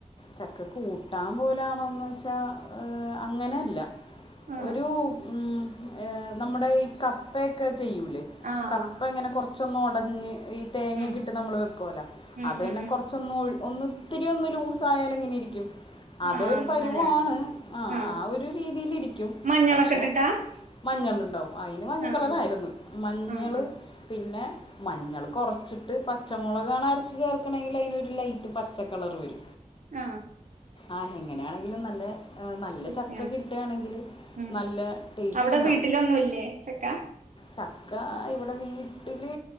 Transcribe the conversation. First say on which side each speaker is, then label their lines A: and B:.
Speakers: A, on the left; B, on the right.
A: ചക്ക കൂട്ടാൻ പോലെയാണോന്ന് ച്ചാ അങ്ങനെയല്ല
B: ഉം
A: ഒരു ഉം <unintelligible> നമ്മടെ ഈ കപ്പയൊക്കെ ചെയുല്ലേ
B: ആഹ്
A: കപ്പങ്ങനേ ച്ചെന്ന് ഉടഞ്ഞ് ഈ തേങ്ങക്ക്
B: ഉം
A: ഇട്ട് നമ്മള് വെകോല്ലോ
B: ഉം
A: അത് തന്നെ
B: ഉം ഉം
A: കുറച്ചൊന്ന് ഒന്ന് ഒത്തിരി ഒന്ന് ലൂസാവല് എങ്ങനെരിക്കും അതൊരു
B: ആഹ് അങ്ങനെ
A: പരിവാണ് ആ
B: ആഹ്
A: ആ ഒരു രീതിയിലിരിക്കും
B: മഞ്ഞളൊക്കെ
A: പക്ഷെ
B: ഇട്ടിട്ടാ
A: മഞ്ഞൾ അതിന് മഞ്ഞ
B: ആഹ്
A: കളറായിരുന്നു മഞ്ഞള്
B: ആഹ് ആഹ്
A: പിന്നെ മഞ്ഞള് കുറച്ച്ട്ട് പച്ചമുളകാണ് അരച്ച് ചേർക്കണെ ഒരു ലൈറ്റ് പച്ച കളറ് വരും
B: ആ
A: ആ എങ്ങനെയാണെങ്കിലും നല്ലേ അതെ നല്ല
B: ടേസ്റ്റിയാണ്
A: ചക്ക കിട്ടാണെങ്കിൽ
B: ഉം
A: നല്ല ടേസ്റ്റ്
B: അവിടെ
A: ഇണ്ടാവും
B: വീട്ടിലൊന്നുംല്ലേ ചക്ക
A: ചക്ക ഇവിടെ വീട്ടില്